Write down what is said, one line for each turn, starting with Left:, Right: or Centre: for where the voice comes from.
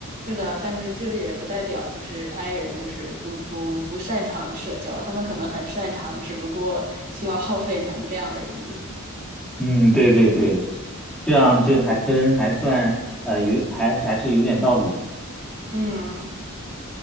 Right: 是的，但是这也不代表就是 i 人就是不不不擅长社交，他们可能很擅长，只不过需要耗费能量而已。
Centre: 嗯，对对对，这样这还分还算呃有还还是有点道理的。
Right: 嗯，